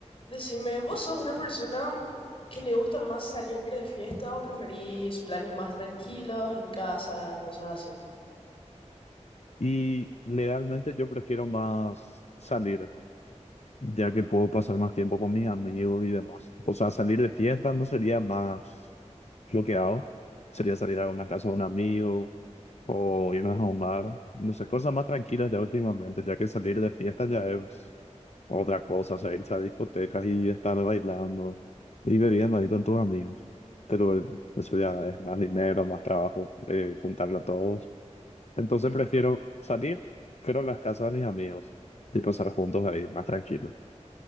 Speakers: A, on the left; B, on the left.
A: Decime, ¿vos sos una persona que le gusta más salir de fiesta o preferís planes más tranquilos en casa, cosas así?
B: Y legalmente yo prefiero más salir, ya
A: Ajá.
B: que puedo pasar más tiempo con mis amigos y demás. O sea, salir de fiesta no sería más lo que hago. Sería salir a una casa de un amigo o irnos a un bar. No sé, cosas más tranquilas ya últimamente, ya que salir de fiesta ya es otra cosa. O sea, irse a discotecas y estar bailando y bebiendo ahí con tus amigos. Pero eso ya es más dinero, más trabajo, eh, juntarlo a todos. Entonces prefiero salir, pero en las casas de mis amigos y pasar juntos ahí, más tranquilo.